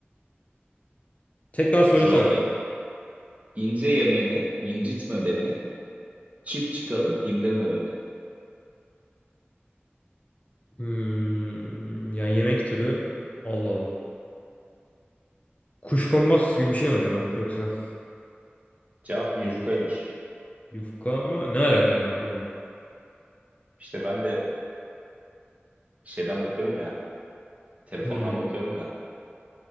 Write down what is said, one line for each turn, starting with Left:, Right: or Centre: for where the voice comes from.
Left: Tekrar söylesene.
Right: Zor. re- İnce yemeni, incitme beni. Çık çıkalım indirme beni.
Left: Hmm, yani yemek türü. Allah Allah. Kuşkonmaz gibi bir şey mi acaba? Yoksa
Right: Cevap yufkaymış.
Left: değil. Yufka ama ne alaka yani anlamadım.
Right: İşte ben de şeyden bakıyorum ya. Telefondan
Left: Hmm,
Right: bakıyorum ya.